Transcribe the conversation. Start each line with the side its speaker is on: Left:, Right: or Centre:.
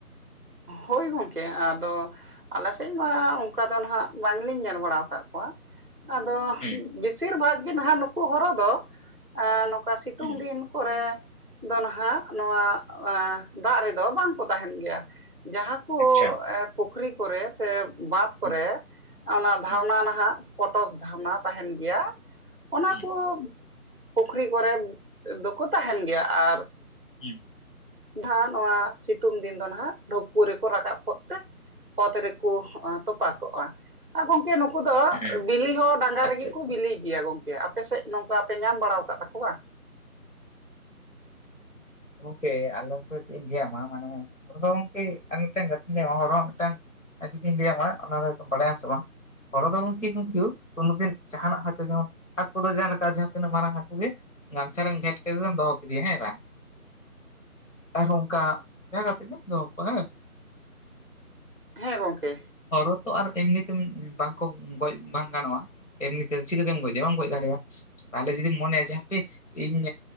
Right: ᱦᱳᱭ ᱜᱚᱢᱠᱮ ᱟᱫᱚ ᱟᱞᱮ ᱥᱮᱫ ᱢᱟ ᱚᱱᱠᱟ ᱫᱚ ᱱᱟᱦᱟᱜ ᱵᱟᱝᱞᱤᱧ ᱧᱮᱞ ᱵᱟᱲᱟ ᱠᱟᱫ ᱠᱚᱣᱟ ᱟᱫᱚ
Left: ᱦᱩᱸ
Right: ᱵᱮᱥᱤᱨ ᱵᱷᱟᱜᱽ ᱜᱮ ᱱᱟᱦᱟᱜ ᱱᱩᱠᱩ ᱦᱚᱨᱚ ᱫᱚ ᱟᱸ ᱱᱚᱝᱠᱟ ᱥᱤᱛᱩᱝ
Left: ᱦᱩᱸ
Right: ᱫᱤᱱ ᱠᱚᱨᱮ ᱫᱚ ᱱᱟᱦᱟᱜ ᱱᱚᱣᱟ <inaudible> ᱫᱟᱜ ᱨᱮᱫᱚ ᱵᱟᱝᱠᱚ ᱛᱟᱦᱮᱱ ᱜᱮᱭᱟ ᱡᱟᱦᱟ ᱠᱩ
Left: ᱟᱪᱪᱷᱟ
Right: <unintelligible> ᱯᱩᱠᱷᱨᱤ ᱠᱚᱨᱮ ᱥᱮ ᱵᱟᱫᱽ ᱠᱚᱨᱮ
Left: ᱦᱩᱸ
Right: ᱚᱱᱟ ᱫᱷᱟᱣᱱᱟ
Left: ᱦᱩᱸ
Right: ᱱᱟᱦᱟᱜ ᱯᱚᱴᱚᱥ ᱫᱷᱟᱣᱱᱟ ᱛᱟᱦᱮᱱ ᱜᱮᱭᱟ ᱚᱱᱟ
Left: ᱦᱩᱸ
Right: ᱠᱚ ᱯᱩᱠᱷᱨᱤ ᱠᱚᱨᱮ ᱫᱚᱠᱚ ᱛᱟᱦᱮᱱ ᱜᱮᱭᱟ ᱟᱨ
Left: <inaudible>
Right: ᱫᱷᱟᱸ ᱱᱚᱶᱟ ᱥᱤᱛᱩᱝ ᱫᱤᱱ ᱫᱚ ᱱᱟᱦᱟᱜ ᱰᱷᱩᱯᱠᱩ ᱨᱮᱠᱚ ᱨᱟᱠᱟᱵ ᱠᱚᱜ ᱛᱮ ᱚᱛ ᱨᱮᱠᱚ <unintelligible> ᱛᱚᱯᱟ ᱠᱚᱜᱼᱟ ᱟᱨ ᱜᱚᱝᱠᱮ ᱱᱩᱠᱩ ᱫᱚ
Left: ᱦᱩᱸ
Right: ᱵᱤᱞᱤ ᱦᱚᱸ ᱰᱟᱸᱜᱟ
Left: ᱟᱪᱪᱷᱟ
Right: ᱨᱮᱜᱮ
Left: ᱟᱪᱪᱷᱟ
Right: ᱠᱚ ᱵᱤᱞᱤ ᱤᱭᱟ ᱜᱚᱝᱠᱮ ᱟᱯᱮᱥᱮᱫ ᱱᱚᱝᱠᱟ ᱯᱮ ᱧᱟᱢ ᱵᱟᱲᱟᱣ ᱠᱟᱫ ᱛᱟᱠᱚᱣᱟ
Left: ᱜᱚᱢᱠᱮ ᱟᱞᱚᱯ ᱪᱮᱫ ᱤᱧ ᱞᱟᱹᱭ ᱟᱢᱟ ᱢᱟᱱᱮ ᱱᱚᱰᱮ ᱫᱚ ᱜᱚᱝᱠᱮ ᱟᱨ ᱢᱤᱫᱴᱟᱝ ᱜᱟᱛᱮ <unintelligible> ᱦᱚᱲ ᱦᱚᱸ ᱢᱤᱫᱴᱟᱝ ᱨᱮ ᱡᱩᱫᱤᱧ ᱞᱟᱹᱭ ᱟᱢᱟ ᱚᱱᱟ ᱫᱚ ᱦᱚᱭᱛᱚᱢ ᱵᱟᱲᱟᱭᱟᱢ ᱥᱮ ᱵᱟᱝ <unintelligible> ᱫᱚ ᱜᱚᱢᱠᱮ ᱠᱤᱱᱛᱩ <unintelligible> ᱫᱤᱱ ᱡᱟᱦᱟᱱᱟᱜ ᱦᱚᱭᱛᱚ ᱡᱮᱢᱚᱱ ᱦᱟᱹᱠᱩ ᱫᱚ ᱡᱟᱦᱟᱸ ᱞᱮᱠᱟ ᱡᱟᱦᱟᱸ ᱛᱤᱱᱟᱹᱜ ᱢᱟᱨᱟᱝ ᱦᱟᱹᱠᱩ ᱜᱮ ᱜᱟᱢᱪᱷᱟ ᱨᱮᱢ ᱜᱷᱮᱴ ᱠᱮᱫᱮᱛᱮᱢ ᱫᱚᱦᱚ ᱠᱮᱫᱮᱭᱟ ᱦᱮᱸ ᱵᱟᱝ ᱟᱨ ᱚᱱᱠᱟ ᱡᱟᱸᱦᱟ ᱠᱟᱛᱮᱜ ᱜᱮᱢ ᱫᱚᱦᱚ ᱠᱚᱣᱟ ᱦᱮᱸ
Right: ᱦᱮᱸ ᱜᱚᱢᱠᱮ
Left: ᱦᱚᱨᱚ ᱛᱚ ᱟᱨ ᱮᱢᱱᱤ ᱛᱮ ᱵᱟᱠᱚ ᱜᱚᱡ ᱵᱟᱝ ᱜᱟᱱᱚᱜᱼᱟ ᱮᱢᱱᱤ ᱛᱮ ᱪᱤᱠᱟᱹᱛᱮᱢ ᱜᱚᱡᱮ ᱵᱟᱢ ᱜᱚᱡ ᱫᱟᱲᱮᱭᱟ ᱭᱟ ᱛᱟᱦᱚ ᱞᱮ ᱡᱩᱚᱫᱤ ᱢᱚᱱᱮᱭᱟ ᱡᱮ ᱦᱟᱯᱮ ᱤᱧ